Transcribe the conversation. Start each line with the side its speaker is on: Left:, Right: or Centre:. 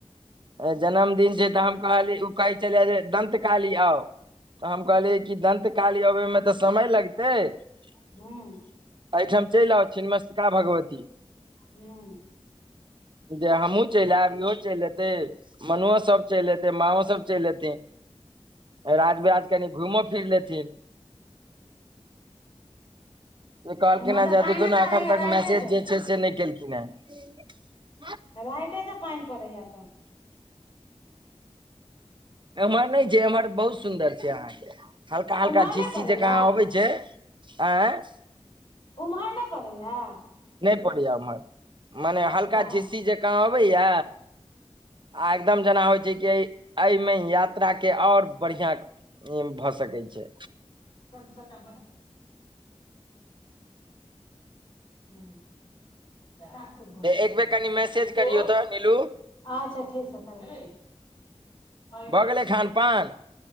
Right: ए जन्मदिन छै तऽ हम कहलीए उ कहय छलै जे दंत काली आउ तऽ हम कहलीए जे दंत काली अबय मे तऽ समय लगते ए
Left: हूँ
Right: ठाम चैल आउ छीन मस्तिका भगवती
Left: हूँ
Right: जे हम्हुँ चैल ऐब इहो चैल एतय मनुवा सब चैल ऐतय, माँओ सब चैल ऐतय। राज बिराज कनि घूईमो फिर लेथिन से कहलखिन्ह
Left: एम्हर
Right: हें
Left: तऽ
Right: जे
Left: पानिए
Right: देखियो नै
Left: पड़ैया
Right: एखन तक
Left: राइते
Right: मैसेज
Left: से
Right: जे छै से नै केलखिन्ह हेँ।
Left: राईते से पैन पड़य यै तऽ
Right: एम्हर नै छै, एम्हर बहुत सुन्दर छै अहाँके। हल्का-हल्का
Left: उम्हर नहि
Right: झीसी
Left: पड़ैया
Right: जकाँ अबय छै ऐं
Left: उम्हर नै पड़य यै।
Right: नै पड़य यै ईम्हर मने हल्का
Left: वाह
Right: झीस्सी जका क आबय यै आ एकदम जेना होय छै कि ऐ मे यात्रा के और बढ़िया उम्म भऽ सकय छै।
Left: पैन सबटा <unintelligible> तै
Right: एक बेर कनि मैसेज
Left: टिकु,
Right: करियौ तऽ नीलू
Left: अच्छा ठीक छा करय छीयै।
Right: भऽ गेलै खान पान